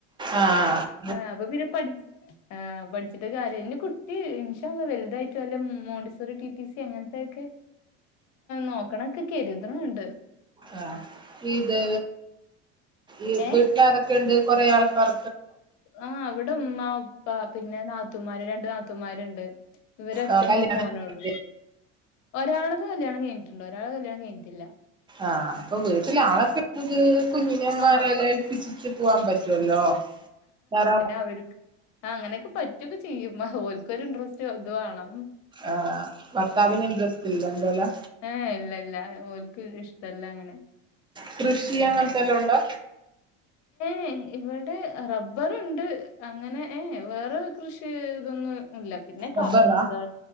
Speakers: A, on the right; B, on the left.
A: ആഹ്
B: ആ അപ്പൊ പിന്നെ പഠിച്ച ആഹ പഠിച്ചിട്ട് കാര്യം ന്നി കുട്ടി ഇന്ഷാ അള്ളാ വലുതായിട്ട് വല്ല മോണ്ടിസോറി ടീ ടി സി അങ്ങനത്തെൊക്കെ നോക്കണൊക്കെ കരുത്ണ് ണ്ട്
A: ആ ഇത് ഇ
B: ഏഹ്
A: വ് ഒക്കെണ്ട് കുറെ ആൾക്കാർ
B: ആഹ് അവിടെ ഉമ്മ ഉപ്പ പിന്നെ നാത്തൂമാര് രണ്ട് നാത്തൂമാരുണ്ട്. ഇവര് ഒറ്റ
A: ആ, കല്യാണം
B: മോ മോന് ഉള്ളു. ഒരാളത് കല്യാണം കഴിഞ്ഞിട്ടണ്ട് ഒരാൾ കല്യാണം കഴിഞ്ഞിട്ടില്ല
A: ആഹ് അപ്പൊ വീട്ടില ആളൊക്കെ ങ്ക് കുഞ്ഞിനെമാരെല്ല
B: ആഹ്
A: ഏൽപ്പിച്ചി ട്ടി പോവാം പറ്റുല്ലോ തറ
B: അവര്ക്ക് ആഹ അങ്ങനെക്കെ പറ്റൊക്കെ ചെയ്യും ഓൽക്കൊരു ഇൻട്രസ്റ്റ് ത് വേണം.
A: ആഹ് ഭർത്താവിന് ഇൻട്രസ്റ്റ്ല്ല ന്തുല്ല
B: ഏഹ് ഇല്ല ഇല്ല ഓല്ക്ക് ഇഷ്ടല്ല അങ്ങനെ
A: കൃഷി
B: ഉം
A: അങ്ങനത്തെ എല്ലൊ ഒണ്ടോ?
B: എയ് ഇവിടെ റബ്ബറുണ്ട് അങ്ങനെ ഏ വേറെ കൃഷി ഇതൊന്നും ഇല്ല പിന്നെ
A: റബ്ബറാ
B: എന്താ